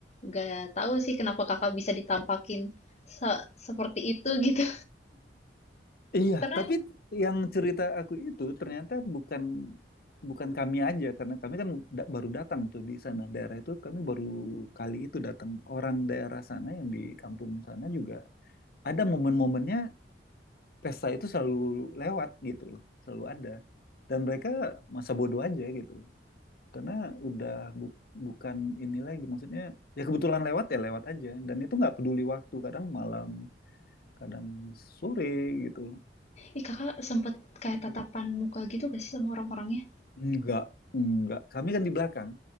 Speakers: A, on the left; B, on the left.
A: nggak tahu sih kenapa Kakak bisa ditampakin se- seperti itu gitu.
B: Iya,
A: <laughs> Karena
B: tapi yang cerita aku itu ternyata bukan bukan kami aja karena kami kan da- baru datang tuh di sana daerah itu kami baru kali itu datang orang daerah sana yang di kampung sana juga ada momen-momennya pesta itu selalu lewat gitu loh, selalu ada dan mereka masa bodoh aja gitu loh. Karena udah bu- bukan ini lagi maksudnya ya kebetulan lewat ya lewat aja dan itu nggak peduli waktu kadang malam kadang sore gitu
A: Ih, Kakak sempet kayak
B: loh.
A: tatapan muka gitu gak sih sama orang-orangnya?
B: Enggak, enggak. Kami kan di belakang.